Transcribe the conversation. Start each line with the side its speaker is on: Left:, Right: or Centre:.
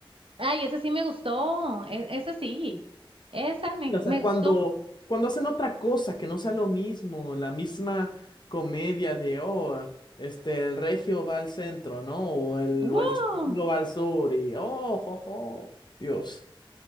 Right: Ay, ese sí me gustó, e- ese sí, esa me,
Left: O sea,
Right: me
Left: cuando,
Right: gustó.
Left: cuando hacen otra cosa que no sea lo mismo, la misma comedia de, oh, este, el regio va al centro, ¿no? O el,
Right: ¡Wow!
Left: o el chico va al sur y, oh, jo, jo, Dios.